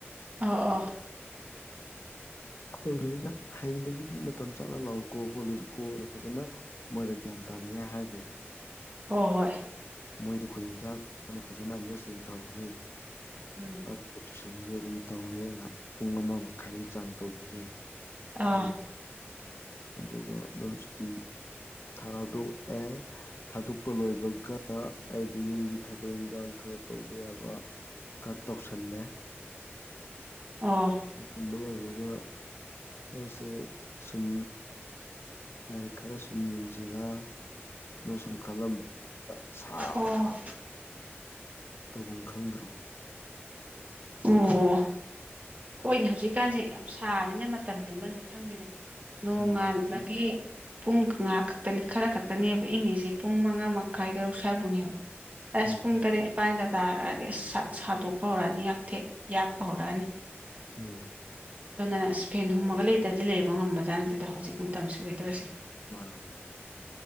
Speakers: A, on the right; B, on the left.
A: ꯑꯣ ꯑꯣ
B: ꯑꯩꯅ ꯍꯌꯦꯡꯗꯒꯤꯗꯤ ꯃꯇꯝ ꯆꯥꯅ ꯂꯥꯛꯑꯣꯎ ꯀꯣ ꯈꯣꯠꯂꯨ ꯀꯣꯅ ꯐꯖꯅ ꯃꯣꯏꯗ ꯒ꯭ꯌꯥꯟ ꯇꯥꯅꯤꯡꯉꯥꯏ ꯍꯥꯏꯈ꯭ꯔꯦ
A: ꯍꯣꯏ ꯍꯣꯏ
B: ꯃꯣꯏꯗ ꯈꯨꯗꯣꯡ ꯆꯥꯕꯅ ꯐꯖꯅ ꯑꯟꯗꯔꯁꯇꯦꯟ ꯇꯧꯍꯧꯔꯦ
A: ꯎꯝ
B: ꯑꯗꯨꯒ ꯇꯨꯏꯁꯟꯁꯦ ꯑꯗꯨꯝ ꯇꯧꯔꯦ ꯉꯥꯏꯍꯥꯛ ꯄꯨꯡ ꯑꯃ ꯃꯈꯥꯏꯒꯤ ꯆꯥꯡ ꯇꯧꯕꯤꯔꯦ
A: ꯑꯥ
B: ꯃꯣꯏ ꯑꯗꯨꯒ ꯑꯗꯨꯝ ꯁꯨꯇꯤ ꯊꯥꯗꯣꯛꯑꯦ ꯊꯥꯗꯣꯛꯄ ꯂꯣꯏꯕꯒ ꯑꯩꯗ ꯌꯨꯝꯒꯤ ꯊꯕꯛ ꯏꯟꯈꯥꯡ ꯈꯔ ꯇꯧꯕ ꯌꯥꯕ ꯈꯔ ꯇꯧꯁꯜꯂꯦ
A: ꯑꯣ
B: ꯆꯝꯕꯜꯦ ꯑꯗꯨꯒ ꯑꯩꯁꯦ ꯁꯨꯝ ꯂꯥꯏꯔꯤꯛ ꯈꯔ ꯁꯨꯝ ꯌꯦꯡꯁꯤꯔꯥ ꯑꯃꯁꯨꯡ ꯈꯜꯂꯝꯕ ꯁꯥ
A: ꯑꯣ
B: ꯈꯕꯨꯡ ꯈꯪꯗ꯭ꯔꯣ
A: ꯑꯣ ꯍꯣꯏꯅꯦ ꯍꯧꯖꯤꯛꯀꯥꯟꯁꯦ ꯌꯥꯝ ꯁꯥꯕꯅꯤꯅ ꯃꯇꯝ ꯂꯦꯟꯕꯅꯤ ꯈꯪꯗꯦ ꯅꯣꯡꯉꯥꯟꯕꯒꯤ
B: ꯎꯝ
A: ꯄꯨꯡ ꯉꯍꯥꯛ ꯈꯛꯇꯅꯤ ꯈꯔ ꯈꯛꯇꯅꯦꯕ ꯏꯪꯉꯤꯁꯤ ꯄꯨꯡ ꯃꯉꯥ ꯃꯈꯥꯏ ꯇꯔꯨꯛ ꯁ꯭ꯥꯏꯕꯨꯡꯅꯦꯕ꯫ ꯄꯁ
B: ꯎꯝ
A: ꯄꯨꯡ ꯇꯔꯦꯠ ꯅꯤꯄꯥꯟꯒ ꯇꯥꯔꯛꯑꯗꯤ ꯑꯁ ꯁꯥꯒꯠ ꯁꯥꯗꫭꯛꯄ ꯍꯧꯔꯅꯤ ꯌꯥꯝ ꯊꯦꯛ ꯌꯥꯛꯄ ꯍꯧꯔꯛꯑꯅꯤ꯫
B: ꯎꯝ
A: ꯑꯗꯨꯅ ꯑꯁ ꯐꯦꯟ ꯍꯨꯝꯃꯒ ꯂꯩꯇ꯭ꯔꯗꯤ ꯂꯩꯕ ꯉꯝꯕꯖꯥꯠ ꯅꯠꯇꯦꯗ ꯍꯧꯖꯤꯛ꯫ ꯃꯇꯝꯁꯤ ꯋꯦꯗꯔꯁꯦ
B: ꯃꯥꯅꯦ꯫